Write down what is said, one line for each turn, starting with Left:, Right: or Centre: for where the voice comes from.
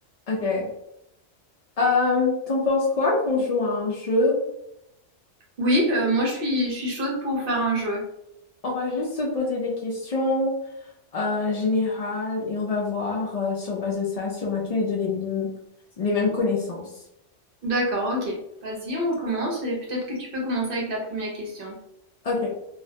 Left: Ok. Euh, t'en penses quoi qu'on joue à un jeu?
Right: Oui, heu, moi je suis je suis chaude pour faire un jeu.
Left: On va juste se poser des questions euh, générales et on va voir euh, sur base de ça si on a tous les deux les, m- les mêmes connaissances.
Right: D'accord, OK. Vas-y, on commence et peut-être que tu peux commencer avec la première question.
Left: Ok.